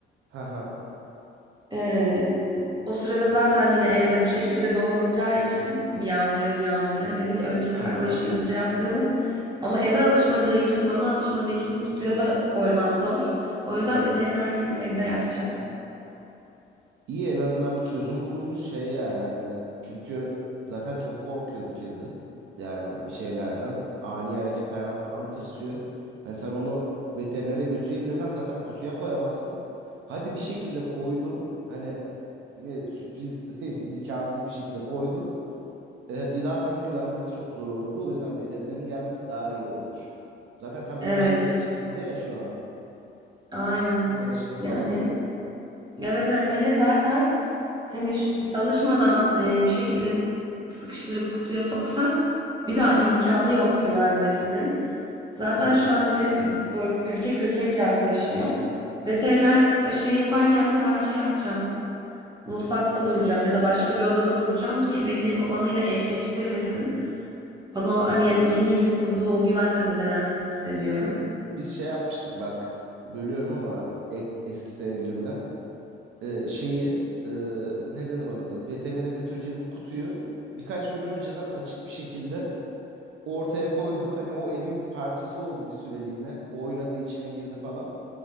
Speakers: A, on the right; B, on the right.
A: Haha.
B: Eee, o sırada zaten yine evde bu şekilde dolanacağı için miyavlaya miyavlaya dedik önce
A: Haha.
B: karma aşıyı hızlıca yaptıralım. Ama eve alışmadığı için, bana alışmadığı için kutuya da koymam zor. O yüzden
A: Tabii.
B: veteriner gelip evde yapacak.
A: İyi en azından bir çözüm bulunmuş şey yani hani çünkü zaten çok korkuyordu kedi. Yani bir şeylerden ani hareketlerden falan tırsıyor. Hani sen onu veterinere götüreyim desen zaten kutuya koyamazsın. Hadi bir şekilde koydun. Hani e, sürpriz <laughs> imkansız bir şekilde koydun. e, bir daha sana güvenmesi çok zor olurdu. O yüzden veterinerin gelmesi daha iyi olmuş. Zaten tam
B: Evet.
A: ince bir çizgide ya şu an.
B: Aynen.
A: Yeni tanıştım falan.
B: Yani evet evet hele zaten hani ş- alışmadan e, bir şekilde sıkıştırıp kutuya soksam bir daha imkanı yok güvenmesinin. Zaten
A: Tabii.
B: şu an bile ü- ör- ürkek ürkek yaklaşıyor. Veteriner aşıyı yaparken de ben şey yapacağım. Mutfakta duracağım ya da başka bir odada duracağım ki beni o anıyla eşleştirmesin. Bana o hani yeni yeni kurduğu o güven de zedelensin istemiyorum.
A: Biz şey yapmıştık bak. Bölüyorum ama ek- eski sevgilimle. E, şeyi e, ne denir ona? Veterinere götüreceğimiz kutuyu birkaç gün önceden açık bir şekilde ortaya koyduk. Hani o evin bir parçası oldu bir süreliğine. Oynadı, içine girdi falan.